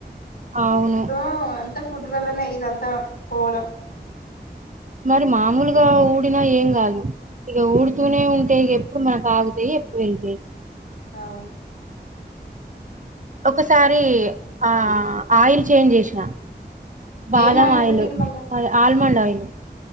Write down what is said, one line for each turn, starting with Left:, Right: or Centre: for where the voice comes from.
Right: అవును
Left: ఇప్పుడు అంత ఫుడ్డు వల్లనే ఇదం తా పోవడం
Right: మరి మామూలుగా ఊడినా ఏం కాదు ఇగ ఊడుతూనే ఉంటే ఇగ ఎప్పుడు మనకు ఆగు ఎ ఎప్పుడు వెంది
Left: అవును
Right: ఒకసారి ఆ ఆయిల్ చేంజ్ చేసినా బాదం
Left: ఏం
Right: ఆయిల్
Left: పెట్టిరు మళ్ళ
Right: అది ఆల్మండు ఆయిల్ హు